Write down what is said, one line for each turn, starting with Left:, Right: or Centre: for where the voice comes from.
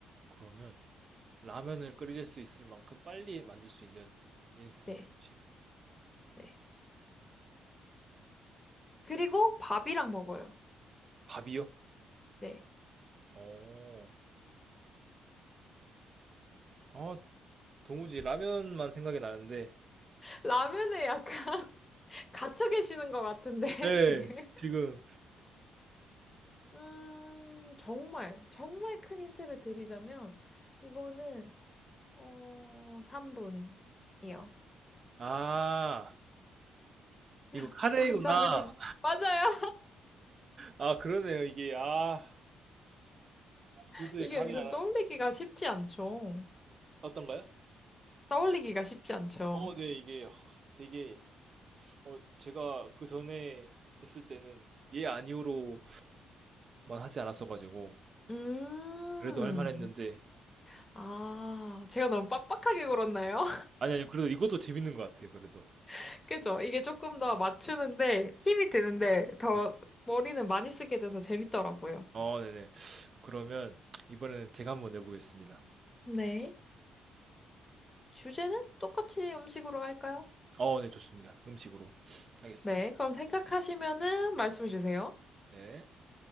Right: 그러면 라면을 끓일 수 있을 만큼 빨리 만들 수 있는 인스턴트
Left: 네,
Right: 음식?
Left: 네. 그리고 밥이랑 먹어요.
Right: 밥이요?
Left: 네.
Right: 어, 아, 도무지 라면만 생각이 나는데,
Left: 라면에 약간 <laughs> 갇혀 계시는 것 같은데, <laughs>
Right: 네,
Left: 지금.
Right: 지금,
Left: 음, 정말, 정말 큰 힌트를 드리자면, 이거는, 어, 3분이요.
Right: 아,
Left: <laughs>
Right: 이거 카레이구나.
Left: 감 잡으셨나? 맞아요.
Right: 아, 그러네요. 이게, 아,
Left: <laughs>
Right: 도저히
Left: 이게
Right: 감이
Left: 은근
Right: 안 왔-
Left: 떠올리기가 쉽지 않죠.
Right: 어떤가요?
Left: 떠올리기가 쉽지 않죠.
Right: 어, 네, 이게 아, 되게, 어, 제가 그 전에 했을 때는 예, 아니오로만 하지 않았어가지고,
Left: 음,
Right: 그래도 할 만했는데,
Left: 아, 제가 너무 빡빡하게 굴었나요?
Right: 아니, 아니, 그래도 이것도 재밌는 것 같아요, 그래도.
Left: <laughs> 그죠? 이게 조금 더 맞추는데 힘이 드는데 더
Right: 네.
Left: 머리는 많이 쓰게 돼서 재밌더라고요.
Right: 어, 네네. 그러면 이번에는 제가 한번 내보겠습니다.
Left: 네. 주제는 똑같이 음식으로 할까요?
Right: 어, 네, 좋습니다. 음식으로 하겠습니다.
Left: 네, 그럼 생각하시면은 말씀해 주세요.
Right: 네.